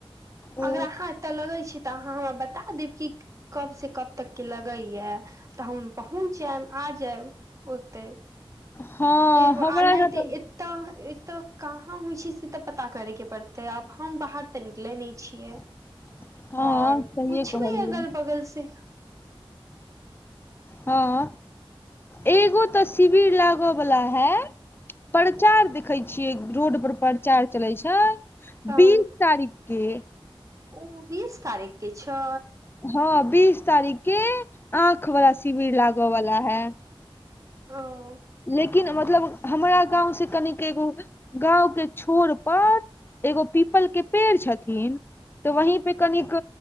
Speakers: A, on the left; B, on the right.
A: ओ
B: अगर अहाँ एतऽ लगै छी तऽ अहाँ हमरा बता देब कि कब से कब तक के लगैया तऽ हम पहुँच जायब आ जायब ओते
A: हँ
B: एब आ
A: हमरा
B: नहि
A: यहाँ
B: ते
A: तऽ
B: एतऽ तऽ एतऽ कहाँ होइ छै से तऽ पता करैके पड़तै आब हम बाहर तऽ निकलै नहि छियै
A: <inaudible>
B: ओर
A: सहिए
B: पुछबे
A: कहलियै
B: अगल बगल से
A: हँ एगो तऽ शिविर लागऽ वला है प्रचार देखैत छियै रोड पर प्रचार चलै छै
B: हँ
A: बीस तारीखके
B: ओ बीस तारीख के छै
A: हँ बीस तारीख के आँख वला शिविर लागऽ बाला है
B: ओ
A: लेकिन मतलब हमरा गाँंव से कनिक एगो गाँव के छोर पर एगो पीपल के पेड़ छथिन तऽ वहीं पे कनिक